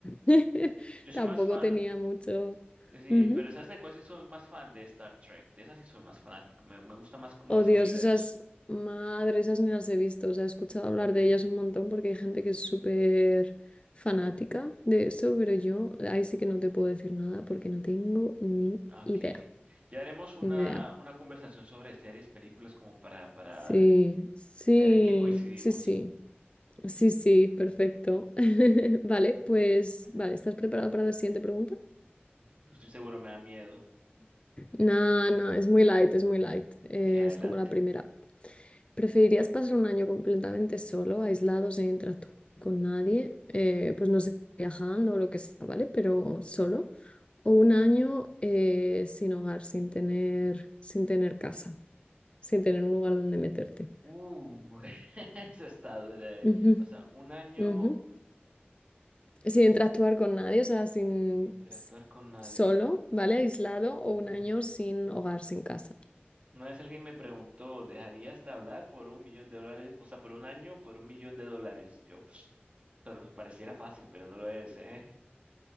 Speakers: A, on the left (about 30°); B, on the right (about 35°).
A: <laughs>
B: Yo soy
A: tampoco
B: más fan,
A: tenía mucho.
B: eh, sí,
A: Ujú.
B: pero ¿sabes de cuál sí soy más fan de Star Trek? De esa sí soy más fanático, me, me gusta más como
A: Oh
B: ese
A: Dios,
B: universo.
A: esas madres, esas ni las he visto. O sea, he escuchado hablar de ellas un montón porque hay gente que es súper fanática de eso, pero yo ahí sí que no te puedo decir nada porque no tengo ni
B: Ah, Ok.
A: idea,
B: Ya haremos una,
A: ni idea.
B: una conversación sobre series, películas, como para, para
A: Sí,
B: eh,
A: sí,
B: ver en qué coincidimos.
A: sí, sí, sí, sí, perfecto. <laughs> Vale, pues,
B: Bueno,
A: vale, ¿estás preparado para la siguiente pregunta?
B: no estoy seguro, me da miedo.
A: No, no, es muy light, es muy light. Eh,
B: Que adelante.
A: es como la primera. ¿Preferirías pasar un año completamente solo, aislado, sin interactuar con nadie? Eh, pues no sé, viajando o lo que sea, ¿vale? Pero solo. O un año eh, sin hogar, sin tener, sin tener casa, sin tener un lugar donde meterte.
B: Uh, <laughs> esa está dura, eh.
A: Ujú,
B: O sea, un año
A: ujú. Sin interactuar con nadie, o sea, sin
B: sin interactuar
A: s-
B: con nadie.
A: solo, ¿vale? Aislado o un
B: Mm.
A: año sin hogar, sin casa.
B: Una vez alguien me preguntó, ¿dejarías de hablar por un millón de dólares? O sea, por un año, por un millón de dólares. Yo, <sniffs> o sea, nos pareciera fácil, pero no lo es, ¿eh?